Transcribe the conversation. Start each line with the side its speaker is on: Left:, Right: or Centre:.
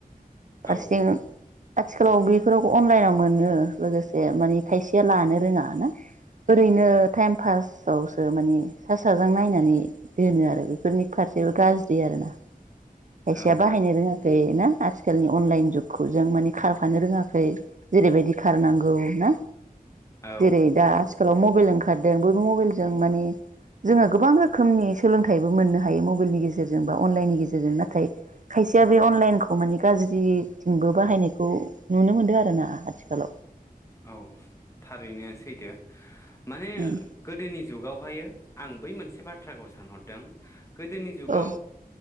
Right: फार्सेथि
Left: औ
Right: आथिखालाव बेफोराव अनलाइनाव मोनो लोगोसे मानि खायसेया लानो रोङा ना ओरैनो टाइम पासावसो मानि सा साज्रां नायनानै दोनो आरो बेफोरनि फारसेबो गाज्रि आरोना खायसेया
Left: औ
Right: बाहायनो रोङाखै ना आथिखालनि अनलाइन जुगखौ जों माने खारफानो रोङाखै जेरैबायदि खारनांगौ ना
Left: औ
Right: जेरै दा आथिखालाव मब बेल ओंखारदों बयबो मबेलजों मानि जोङो गोबां रोखोमनि सोलोंथाइबो मोननो हायो मबेइलनि गेजेरजों बा अनलाइननि गेजेरजों ना थाय खायसेया बे अनलाइनखौ माने गाज्रि थिंबो बाहायनायखौ नुनो मोनदों आरो ना आथिखालाव
Left: औ थारैनो सैथो। माने
Right: उम
Left: गोदोनि। जुगावहायो आं बै मोनसे बाथ्राखौ सानहरदों। गोदोनि जुगाव।
Right: औ